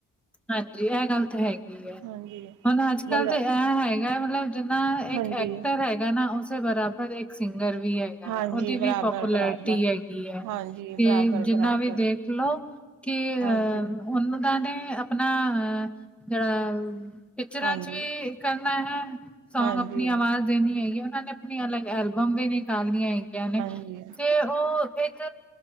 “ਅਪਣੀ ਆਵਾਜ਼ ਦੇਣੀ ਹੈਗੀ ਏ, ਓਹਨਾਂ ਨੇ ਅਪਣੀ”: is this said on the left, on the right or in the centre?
Centre